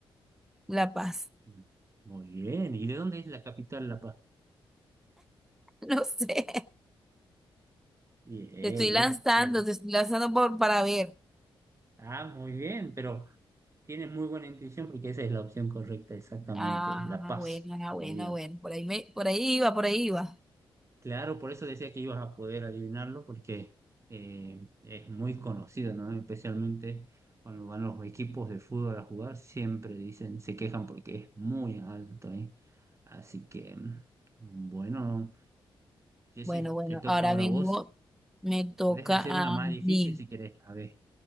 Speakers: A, in the centre; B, on the right.
A: La Paz.
B: mm. Muy bien, ¿y de dónde es la capital La Paz?
A: <laughs> No sé.
B: Bien,
A: Te estoy lanzando,
B: es la...
A: te estoy lanzando por, para ver.
B: Ah, muy bien, pero tienes muy buena intuición porque esa es la opción correcta, exactamente,
A: Ah,
B: La Paz,
A: bueno, ah,
B: Bolivia.
A: bueno, bueno. Por ahí me, por ahí iba, por ahí iba.
B: Claro, por eso decía que ibas a poder adivinarlo, porque eh, es muy conocido, ¿no? Especialmente cuando van los equipos de fútbol a jugar, siempre dicen, se quejan porque es muy alto, ¿eh? Así que, mm, bueno, Jessy,
A: Bueno, bueno,
B: te toca
A: ahora
B: ahora
A: mismo
B: a vos.
A: me toca
B: Puedes hacer
A: a
B: una más difícil
A: mí.
B: si querés. A ver,